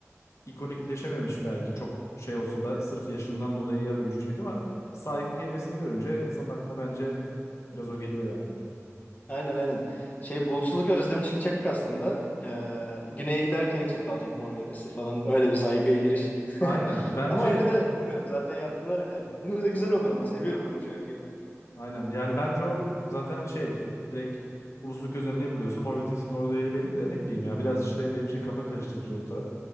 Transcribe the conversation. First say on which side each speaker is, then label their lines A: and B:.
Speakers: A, on the left; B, on the left.
A: ikonikleşememiş belki çok şey olsa da sırf yaşından dolayı ya dönüşecek ama saygı kelimesini görünce insanın aklına bence biraz o geliyor yani.
B: Aynen aynen. Şey Bulutsuzluk Özlemi çıkacak aslında. Ee, güneye giderken çalacak Mor ve Ötesi falan. Öyle bir saygıya giriş. <laughs>
A: Aynen. Bence
B: Ama öyle de bilmiyorum zaten yaptılar ya. Yine de güzel olur ama seviyorum ben o şarkıyı da.
A: Aynen. Yani bence o zaten şey direkt Bulusluk özlemine yapılıyorsa Mor ve Ötesi'nin orada yeri belli de ne bileyim ya biraz işte benim için kafa karıştırıcı o taraf.